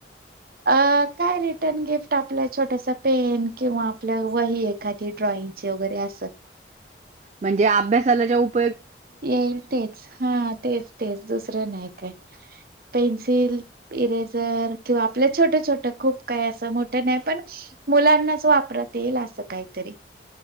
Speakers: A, on the right; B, on the right.
A: अ काय रिटर्न गिफ्ट आपल्या छोटसा पेन किंवा आपल्या वही एखादी ड्रॉइंगची वगैरे असं.
B: म्हणजे अभ्यासाला ज्या उप
A: येईल तेच, हा तेच तेच दुसरं नाही काय पेन्सिल इरेझर किंवा आपल्या छोटं छोटं खूप काही असं मोठं नाही पण मुलांनाच वापरात येईल असं काहीतरी.